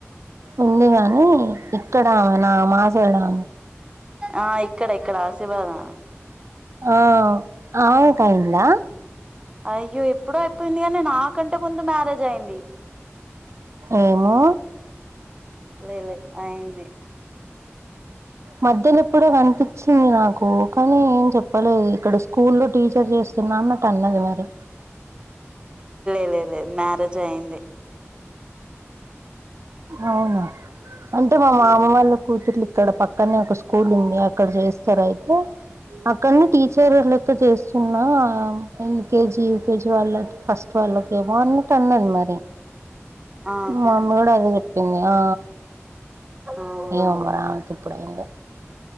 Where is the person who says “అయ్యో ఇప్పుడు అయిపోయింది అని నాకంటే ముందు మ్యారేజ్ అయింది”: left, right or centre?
Right